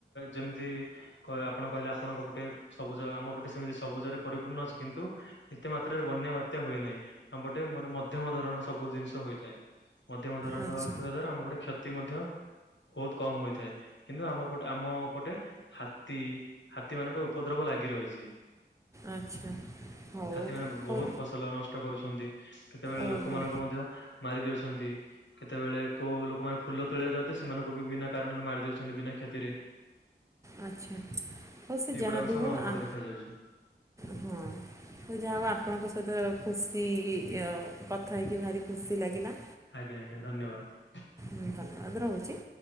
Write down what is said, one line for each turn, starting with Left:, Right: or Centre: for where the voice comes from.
Left: ଯେମିତି କ ଆପଣ କହିଲେ ଆପଣଙ୍କ ପଟେ ସବୁଜ ଆମ ପଟେ ସେମିତି ସବୁଜରେ ପରିପୂର୍ଣ୍ଣ ଅଛି କିନ୍ତୁ ଏତେ ମାତ୍ରାରେ ବନ୍ୟା ବାତ୍ୟା ହୁଏ ନାହିଁ ଆମପଟେ ମାନେ ମଧ୍ୟମ ଧରଣର ସବୁ ଜିନିଷ ହୋଇଥାଏ। ମଧ୍ୟମ ଧରଣ
Right: ଆଚ୍ଛା
Left: ରଥିବା ଦ୍ଵାରା ଆମ ପଟେ କ୍ଷତି ମଧ୍ୟ ବହୁତ କମ ହୋଇଥାଏ କିନ୍ତୁ ଆମ ପଟେ ଆମ ପଟେ ହା ହାତୀ ହାତୀମାନଙ୍କ ଉପଦ୍ରବ ଲାଗି ରହିଚି।
Right: ଆଚ୍ଛା। ହଉ
Left: ହାତୀ ମାନେ
Right: ହଉ
Left: ବହୁତ୍ ଫସଲ ନଷ୍ଟ କରୁଛନ୍ତି ସେତେବେଳେ
Right: ଓହୋ
Left: ଲୋକମାନଙ୍କୁ ମଧ୍ୟ ମାରିଦଉଛନ୍ତି କେତେବେଳେ କୋଉ ଲୋକମାନେ ଫୁଲ ତୋଳିବାକୁ ଯାଉଚନ୍ତି ସେମାନଙ୍କୁବି ବିନା କାରଣରେ ମାରି ଦଉଛନ୍ତି ବିନା କ୍ଷତିରେ
Right: ଆଚ୍ଛା ହଉସେ
Left: ଏଗୁଡାକ
Right: ଯାହାବି
Left: ସବୁ
Right: ହଉ
Left: ଆମ ପଟେ
Right: ଆ
Left: ଦେଖାଯାଉଛି
Right: ହଁ। ଯାହା ହଉ ଆପଣଙ୍କ ସହିତ ଖୁସି କଥା ହେଇକି ଭାରି ଖୁସି ଲାଗିଲା
Left: ଆଜ୍ଞା ଆଜ୍ଞା ଧନ୍ୟବାଦ୍।
Right: ହୁଁ ଭଲ ଆବେ ରହୁଚି।